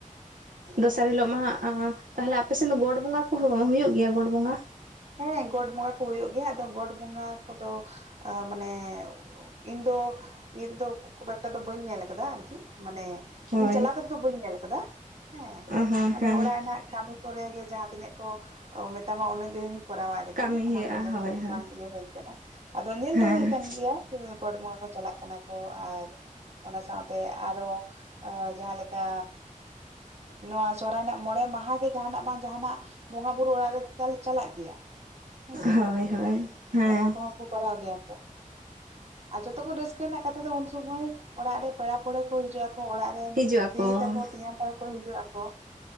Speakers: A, on the right; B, on the right.
A: ᱫᱚᱥᱟᱨ ᱦᱤᱞᱳᱜ ᱢᱟ ᱦᱟᱸᱜ᱾ ᱛᱟᱦᱚᱞᱮ ᱟᱯᱮᱥᱮᱫ ᱫᱚ ᱜᱚᱰ ᱵᱚᱸᱜᱟ ᱠᱚ ᱦᱩᱭᱩᱜ ᱜᱮᱭᱟ ᱜᱚᱰ ᱵᱚᱸᱜᱟ᱾
B: ᱦᱮᱸ ᱜᱚᱰ ᱵᱚᱸᱜᱟ ᱠᱚ ᱦᱩᱭᱩᱜ ᱜᱮᱭᱟ ᱟᱫᱚ ᱜᱚᱰ ᱵᱚᱸᱜᱟ ᱠᱚᱫᱚ ᱢᱟᱱᱮ᱾ ᱤᱧ ᱫᱚ ᱤᱭᱟᱹ ᱨᱮᱫᱚ ᱠᱷᱩᱵ ᱮᱠᱴᱟ ᱫᱚ ᱵᱟᱹᱧ ᱧᱮᱞ ᱠᱟᱫᱟ ᱟᱨᱠᱤ ᱢᱟᱱᱮ᱾
A: ᱦᱳᱭ
B: ᱤᱧ ᱪᱟᱞᱟᱣ ᱠᱟᱛᱮ ᱫᱚ ᱵᱟᱹᱧ ᱧᱮᱞ ᱟᱠᱟᱫᱟ ᱦᱮᱸ
A: ᱦᱚᱸ
B: ᱢᱟᱱᱮ
A: ᱦᱮᱸ
B: ᱚᱲᱟᱜ ᱨᱮᱱᱟᱜ ᱠᱟᱹᱢᱤ᱾ ᱠᱚᱨᱮ ᱜᱮ ᱡᱟᱦᱟᱸ ᱛᱤᱱᱟᱹᱜ ᱠᱚ ᱢᱮᱛᱟᱢᱟ ᱩᱱᱟᱹᱜ ᱜᱮᱧ ᱠᱚᱨᱟᱣᱟ ᱟᱨᱠᱤ
A: ᱠᱟᱹᱢᱤ ᱦᱩᱭᱩᱜᱼᱟ
B: ᱚᱱᱟ ᱠᱷᱚᱱ ᱡᱟᱹᱥᱛᱤ
A: ᱦᱳᱭ
B: ᱫᱚ
A: ᱦᱳᱭ
B: ᱵᱟᱝ ᱤᱭᱟᱹ ᱦᱩᱭ ᱾ ᱟᱫᱚ ᱧᱮᱞ
A: ᱦᱮᱸ
B: ᱫᱚ ᱦᱩᱭ ᱟᱠᱟᱱ ᱜᱮᱭᱟ ᱜᱚᱴ ᱵᱚᱸᱜᱟ ᱠᱚ ᱪᱟᱞᱟᱜ ᱠᱟᱱᱟ ᱠᱚ ᱟᱨ᱾ ᱚᱱᱟ ᱥᱟᱶᱛᱮ ᱟᱨᱚ ᱡᱟᱸᱦᱟ ᱞᱮᱠᱟ᱾ ᱱᱚᱣᱟ ᱥᱚᱦᱚᱨᱟᱭ ᱨᱮᱱᱟᱜ ᱢᱚᱬᱮ ᱢᱟᱦᱟ ᱜᱮ ᱡᱟᱦᱟᱱᱟᱜ ᱵᱟᱝ ᱡᱟᱦᱟᱱᱟᱜ᱾ ᱵᱚᱸᱜᱟ ᱵᱩᱨᱩ ᱚᱲᱟᱜ ᱨᱮ ᱛᱟᱞᱮ ᱪᱟᱞᱟᱜ ᱜᱮᱭᱟ᱾ ᱦᱮᱸ ᱥᱮ
A: ᱦᱳᱭ ᱦᱳᱭ ᱦᱮᱸ
B: ᱚᱱᱟ ᱠᱚ ᱦᱚᱸ ᱠᱚ ᱠᱚᱨᱟᱣ ᱜᱮᱭᱟ ᱠᱚ᱾ ᱟᱨ ᱡᱷᱚᱛᱚ ᱠᱷᱚᱱ ᱨᱟᱹᱥᱠᱟᱹ ᱨᱮᱱᱟᱜ ᱠᱟᱛᱷᱟ ᱫᱚ ᱩᱱ ᱥᱩᱢᱚᱭ ᱚᱲᱟᱜ ᱨᱮ ᱯᱮᱲᱟ ᱯᱟᱹᱲᱦᱟᱹ ᱠᱚ ᱦᱤᱡᱩᱜᱼᱟ ᱚᱲᱟᱜ᱾
A: ᱦᱤᱡᱩᱜ ᱟᱠᱚ
B: ᱫᱤᱫᱤ ᱛᱟᱠᱚ ᱛᱤᱭᱟᱧ ᱛᱟᱠᱚ ᱦᱤᱡᱩᱜ ᱟᱠᱚ᱾